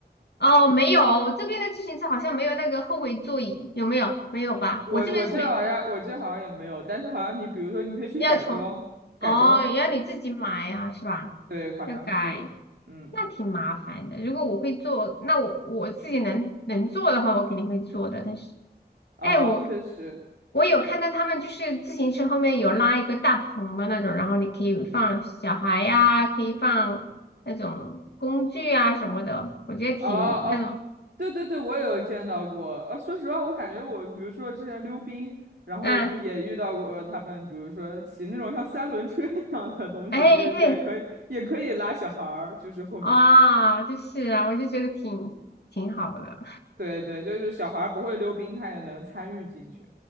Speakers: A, on the left; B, on the right.
A: 哦，没有这边的自行车好像没有那个后尾座椅，有没有？没有吧？
B: 我我这好像我这好像也没有，
A: 我这边是没。
B: 但是好像你比如说你可以去改装，
A: 要从，
B: 改装，
A: 哦，要你自己买呀，是吧？
B: 对，好像是的，
A: 要改，
B: 嗯，
A: 那挺麻烦的。如果我会做，那我我自己能能做的话，我肯定会做的。但是，
B: 啊，
A: 哎，我
B: 确实，
A: 我有看到他们就是自行车后面有拉一个大棚的那种，然后你可以放小孩呀、可以放那种工具啊什么的，我觉得挺那种，
B: 啊啊，对对对，我也有见到过。呃、说实话，我感觉我比如说之前溜冰，然后就也遇到过呃他们，
A: 嗯，啊
B: 比如说骑那种像三轮车一样的东西，
A: 哎，
B: 就是也可以也可以拉小孩儿，
A: 对，
B: 就是后面，
A: 啊、就是啊，我就觉得挺挺好的。
B: 对对，就是小孩儿不会溜冰，他也能参与进去。